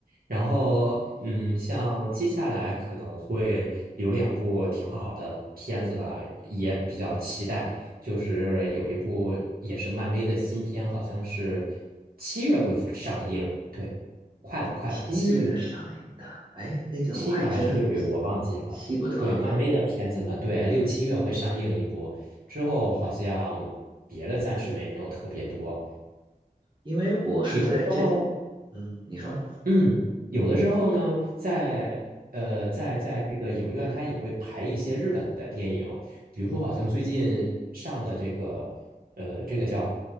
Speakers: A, on the right; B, on the right.
A: 然后嗯，像接下来可能会有两部挺好的片子吧，也比较期待。就是有一部也是漫威的新片，好像是七月会上映。对，快了，快了，
B: 七月的上映的，
A: 七月，
B: 哎，那个我还真的
A: 七月还是六月，我忘记了。
B: 记不得了，
A: 对，漫威的片子嘛，对，六七月会上映一部，之后好像别的暂时没有特别多。
B: 因为我是在这，
A: 有的时候
B: 嗯，你说。
A: 嗯，有的时候呢，在呃，在在这个影院，它也会排一些日本的电影，比如说，好像最近上了这个，呃，这个叫，